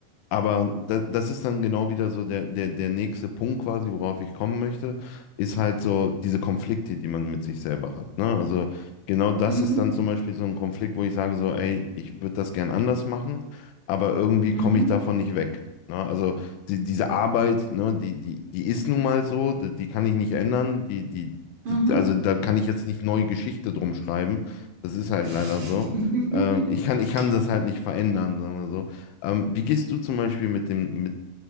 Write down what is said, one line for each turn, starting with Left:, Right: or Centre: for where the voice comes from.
Left: aber da, das ist dann genau wieder so der, der, der nächste Punkt quasi, worauf ich kommen möchte, ist halt so diese Konflikte, die man mit sich selber hat. Ne? Also genau das
Right: Mhm.
Left: ist dann zum Beispiel so ein Konflikt, wo ich sage so, ey, ich würde das gern anders machen, aber irgendwie
Right: Mhm.
Left: komme ich davon nicht weg. Ne? Also die, diese Arbeit, ne, die, die, die ist nun mal so, die, die kann ich nicht ändern, die, die,
Right: Mhm.
Left: die, also da kann ich jetzt nicht neue Geschichte drum schreiben. Das ist halt
Right: <laughs>
Left: leider so. Ähm, ich kann, ich kann das halt nicht verändern, sagen wir so. Ähm, wie gehst du zum Beispiel mit dem, mit